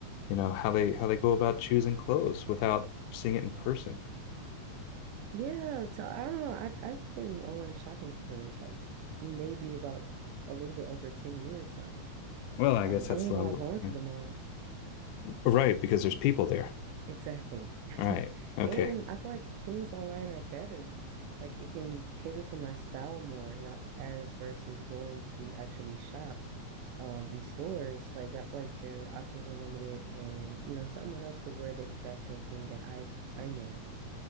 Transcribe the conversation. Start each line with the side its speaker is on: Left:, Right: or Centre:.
Left: you know, how they how they go about choosing clothes without seeing it in person.
Right: Yeah, so I don't know. I I've been online shopping for like maybe about a little bit over 10 years now.
Left: Well, I
Right: Um,
Left: guess
Right: I
Left: that's
Right: don't even
Left: level.
Right: like going to the mall.
Left: Right, because there's people there.
Right: Exactly. <laughs>
Left: All right. Okay.
Right: And I feel like things online are better. Like it can cater to my style more, not as versus going to actually shop um in stores. Like I feel like their options are limited and you know, someone else could wear the exact same thing that I I'm wearing.